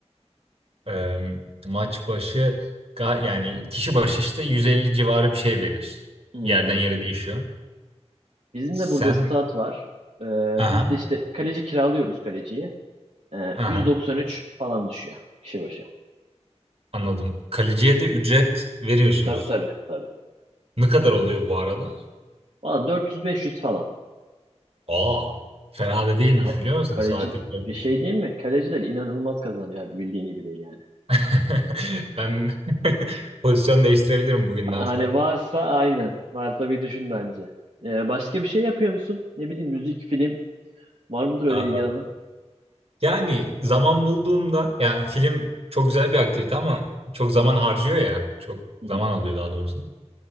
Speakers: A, on the right; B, on the right.
A: Ee, maç başı ga- yani kişi başı işte 150 civarı bir şey veriyorsun.
B: Hmm.
A: Yerden yere değişiyor.
B: Bizim
A: Sen
B: de burada stat var. E,
A: aha
B: biz de işte kaleci kiralıyoruz kaleciyi. E,
A: aha
B: 193 falan düşüyor kişi başı.
A: anladım. Kaleciye de ücret veriyorsunuz.
B: Tabii tabii tabii.
A: Ne kadar oluyor bu arada?
B: Valla 400-500 falan.
A: Aa, fena da değilmiş
B: Ka-
A: biliyor musun?
B: kaleci
A: Saatlik yaklaşık.
B: bir şey değil mi? Kaleciler inanılmaz kazanıyor abi bildiğin gibi değil yani.
A: <laughs> Ben <laughs> pozisyon değiştirebilirim bugünden
B: Hani
A: sonra.
B: varsa aynen. Varsa bir düşün bence. Ee, başka bir şey yapıyor musun? Ne bileyim müzik, film. Var mıdır öyle
A: Aa,
B: ilgilenen?
A: yani zaman bulduğumda yani film çok güzel bir aktivite ama çok
B: Hı
A: zaman
B: hı,
A: harcıyor ya. Çok
B: hı
A: zaman
B: hı.
A: alıyor daha doğrusu.